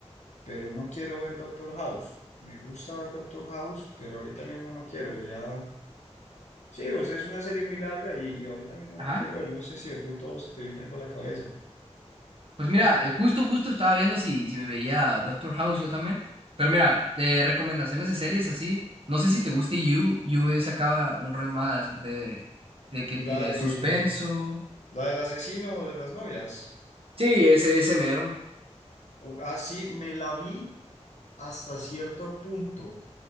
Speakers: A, on the left (about 80°); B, on the right (about 50°).
A: pero no quiero ver Doctor House. Me gusta ver Doctor House, pero ahorita mismo no quiero, ya... Sí, pues es una serie muy larga y, y ahorita mismo
B: ajá.
A: no quiero ver, no sé si de pronto se te viene algo a la cabeza.
B: Pues mira, eh, justo, justo estaba viendo si, si me veía Doctor House yo también. Pero mira, de recomendaciones de series así, no sé si te guste You. You es acá un rollo más de, de que
A: La
B: tire
A: del,
B: suspenso.
A: la del asesino de las novias.
B: Sí, ese, ese mero.
A: O- ah, sí, me la vi hasta cierto punto.